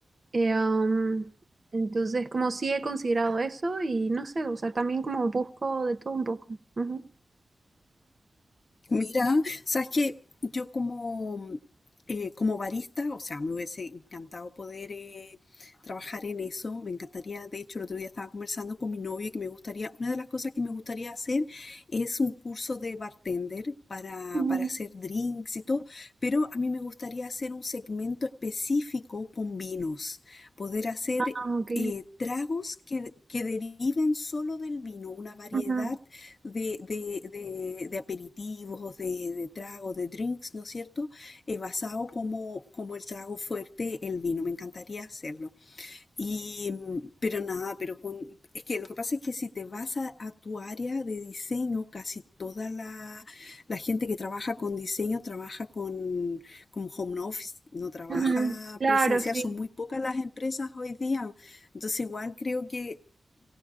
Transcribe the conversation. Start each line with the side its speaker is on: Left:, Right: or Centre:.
Right: Eh, um, entonces como sí he considerado eso y no sé, o sea, también como busco de todo un poco. Ujú.
Left: Mira, sabes que yo como, eh, como barista, o sea, me hubiese encantado poder eh, trabajar en eso. Me encantaría, de hecho, el otro día estaba conversando con mi novio que me gustaría, una de las cosas que me gustaría hacer es un curso de bartender para,
Right: Ujú.
Left: para hacer drinks y todo, pero a mí me gustaría hacer un segmento específico con vinos, poder hacer
Right: Ah, ok.
Left: eh, tragos que, que deriven solo del vino, una variedad
Right: Ujú,
Left: de, de- de- de aperitivos, de, de tragos, de drinks, ¿no es cierto? Eh, basado como, como el trago fuerte, el vino. Me encantaría hacerlo. Y, mm, pero pero nada, pero con, es que lo que pasa es que si te vas a, a tu área de diseño, casi toda la, la gente que trabaja con diseño trabaja con, con home office, no trabaja
Right: ujú. Claro,
Left: presencial,
Right: sí.
Left: son muy pocas las empresas hoy día. Entonces igual creo que